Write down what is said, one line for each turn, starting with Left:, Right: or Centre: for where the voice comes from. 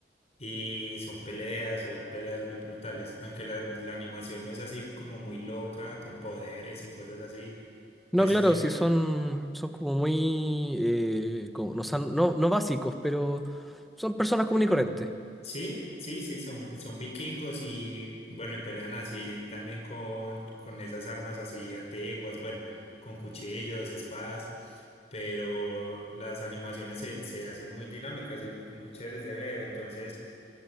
Left: Y son peleas, son peleas muy brutales, aunque la, la animación no es así como muy loca, con poderes y cosas así.
Centre: No,
Left: Es
Centre: claro,
Left: muy,
Centre: sí son, son como muy, eh, como- no, son- no, no básicos, pero son personas comunes y corrientes.
Left: Sí, sí, sí, son, son vikingos y bueno, y pelean así también con, con esas armas así antiguas, bueno, con cuchillos, espadas, pero las animaciones se, se hacen muy dinámicas y, y muy chéveres de ver. Entonces,